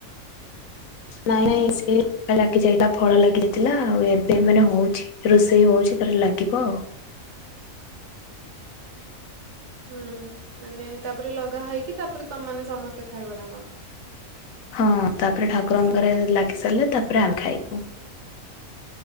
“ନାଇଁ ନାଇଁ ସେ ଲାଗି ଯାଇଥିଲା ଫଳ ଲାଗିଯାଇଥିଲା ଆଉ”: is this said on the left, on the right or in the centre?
Left